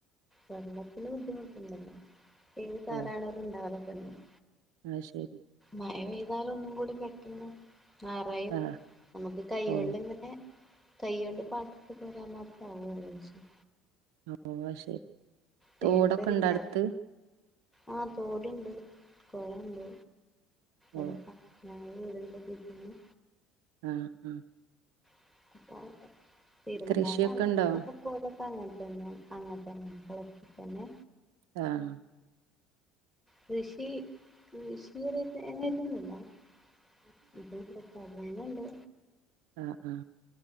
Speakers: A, in the centre; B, on the right.
A: വെള്ളത്തിന് ബുദ്ധിമുട്ട്ല്ലാന് <unintelligible>
B: ഓ
A: <inaudible>
B: അത് ശരി
A: മഴ പെയ്താല ഒന്ന് കൂടെ കെക്കുന്ന നറയും
B: ആഹ്
A: നമുക്ക് കൈകൊണ്ട്ിങ്ങനെ
B: ഓ
A: കൈ കൊണ്ട് <unintelligible> വരാൻ മാത്രാ <unintelligible>
B: <unintelligible>
A: വീട്ടിലിരിക്കാ
B: തോടൊക്കെ ഇണ്ടോ അടുത്ത്
A: ആഹ തോടുണ്ട് കോളൊണ്ട്
B: ഓ
A: എടുക്ക അ ഇരണ്ട <unintelligible>
B: അഹ് അഹ്
A: <inaudible> <unintelligible> അണക്കെട്ടൊക്കെപോലെ
B: കൃഷിയൊക്കെ ഉണ്ടോ
A: അങ്ങനെ തന്നെ അങ്ങനെ തന്നെ കുളത്തി തന്നെ
B: ആഹ
A: കൃഷി കൃഷിയനെ ഇതൊന്നല്ല <inaudible> പിന്നണ്ട്
B: ആഹ ആഹ